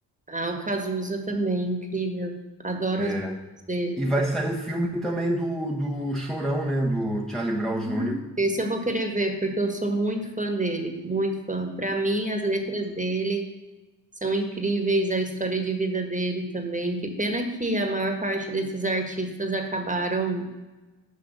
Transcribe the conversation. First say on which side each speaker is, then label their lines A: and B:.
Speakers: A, on the right (about 15°); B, in the centre.
A: Ah, o Cazuza também, incrível. Adoro
B: É,
A: as músicas dele.
B: E vai sair o filme também do, do Chorão, né? Do Charlie Brown Júnior.
A: Hum. Esse eu vou querer ver, porque eu sou muito fã dele, muito fã. Para mim, as letras dele são incríveis, a história de vida dele também. Que pena que a maior parte desses artistas acabaram